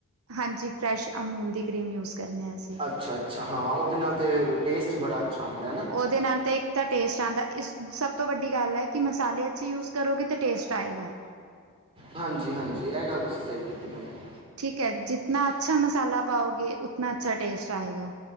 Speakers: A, on the right (about 80°); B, on the right (about 25°).
A: ਹਾਂਜੀ, ਫਰੈਸ਼ ਅਮੂਲ ਦੀ ਕਰੀਮ ਯੂਜ ਕਰਨੇ ਆ ਅਸੀਂ
B: ਅੱਛਾ, ਅੱਛਾ ਹਾਂ ਓਦੇ ਨਾਲ ਤੇ ਟੇਸਟ ਹੀ ਬੜਾ ਅੱਛਾ ਆਦਾ ਹੈ ਨਾ।
A: ਓਦੇ ਨਾਲ ਤਾਂ ਇੱਕ ਤਾਂ ਟੇਸਟ ਆੱਂਦਾ, ਇਸ ਸਭ ਤੋਂ ਵੱਡੀ ਗੱਲ ਹੈ, ਕਿ ਮਸਾਲੇ ਅੱਛੇ ਯੂਜ ਕਰੋਗੇ ਤਾਂ ਟੇਸਟ ਆਏਗਾ।
B: ਹਾਂਜੀ, ਹਾਂਜੀ ਐ ਗੱਲ ਤੁਸੀਂ ਸਹੀ ਕੀਤੀ ਭੈਣ ਜੀ।
A: ਠੀਕ ਏ, ਜਿਤਨਾ ਅੱਛਾ ਮਸਾਲਾ ਪਾਓਗੇ ਉਤਨਾ ਅੱਛਾ ਟੇਸਟ ਆਏਗਾ,